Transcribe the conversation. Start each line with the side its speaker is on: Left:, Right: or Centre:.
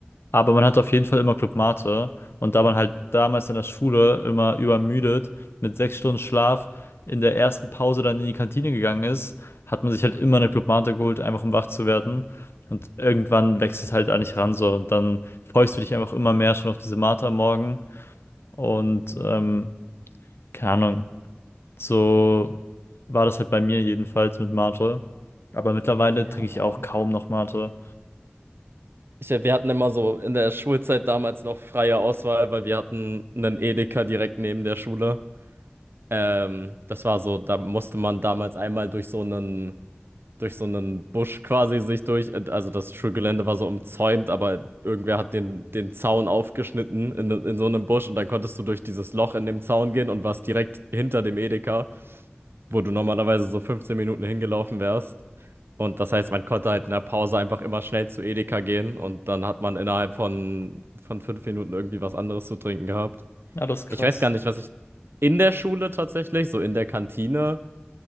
Left: Aber man hatte auf jeden Fall immer Club Mate. Und da man halt damals in der Schule immer übermüdet, mit sechs Stunden Schlaf in der ersten Pause dann in die Kantine gegangen ist, hat man sich halt immer eine Club Mate geholt, einfach um wach zu werden. Und irgendwann wächst es halt an dich ran so. Und dann freust du dich einfach immer mehr schon auf diese Mate am Morgen. Und ähm, keine Ahnung. So war das halt bei mir jedenfalls mit Mate. Aber mittlerweile
Right: Ja.
Left: trinke ich auch kaum noch Mate.
Right: Ich, wir hatten immer so in der Schulzeit damals noch freie Auswahl, weil wir hatten einen Edeka direkt neben der Schule. Ähm, das war so, da musste man damals einmal durch so einen durch so einen Busch quasi sich durch. äh, Also das Schulgelände war so umzäunt, aber irgendwer hat den, den Zaun aufgeschnitten in, in so einem Busch und dann konntest du durch dieses Loch in dem Zaun gehen und warst direkt hinter dem Edeka, wo du normalerweise so 15 Minuten hingelaufen wärst. Und das heißt, man konnte halt in der Pause einfach immer schnell zu Edeka gehen und dann hat man innerhalb von, von fünf Minuten irgendwie was anderes zu trinken gehabt.
Left: Ja, das ist krass.
Right: Ich weiß gar nicht, was ich in der Schule tatsächlich, so in der Kantine,